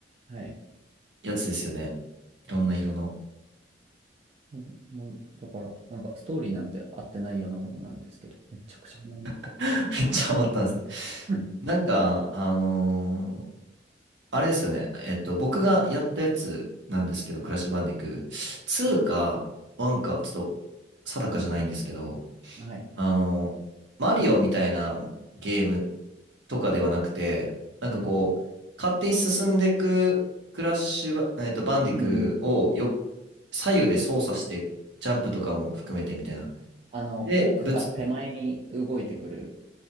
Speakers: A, on the right; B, on the right.
A: はい。
B: やつですよね。いろんな色の。
A: うんもう、だから、なんか、ストーリーなんて合ってないようなものなんですけど、めちゃくちゃ思います。
B: <laughs> めっちゃハマったんですね。
A: うん
B: なんか、
A: うん
B: あのーあれですよね。えっと、僕がやったやつなんですけど、クラッシュバンディクー。2か1か、
A: はい。
B: ちょっと定かじゃないんですけど、
A: はい。
B: あの、マリオみたいなゲームとかではなくて、なんかこう、
A: うん。
B: 勝手に進んでいくクラッシュバ、えっと、バンディクーをよ、
A: うんうん。
B: 左右で操作して、ジャンプとかも含めてみたいな。
A: あの、
B: で、
A: 奥から手前に動いてくる
B: ぶつ、